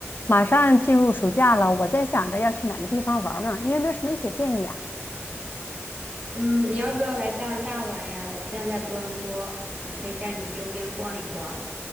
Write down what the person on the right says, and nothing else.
嗯，你要不要来加拿大玩呀？我现在在多伦多，我可以带你周边逛一逛。